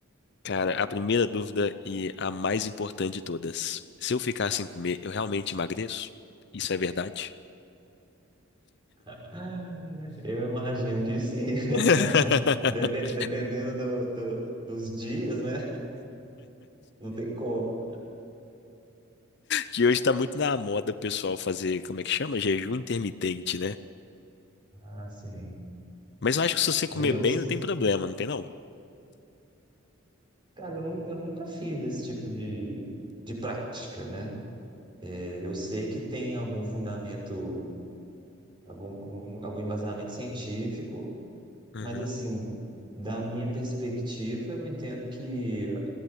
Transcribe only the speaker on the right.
<laughs> Eu imagino que sim. <laughs>
Depen- Dependendo do, do- dos dias, né? Não tem como.
Ah, sim.
Mas eu,
sin-
cara, eu, nu- eu nunca fiz esse tipo de, de prática, né? É, Eu sei que tem algum fundamento, algum, um- algum embasamento científico.
Mas assim, da minha perspectiva, eu entendo que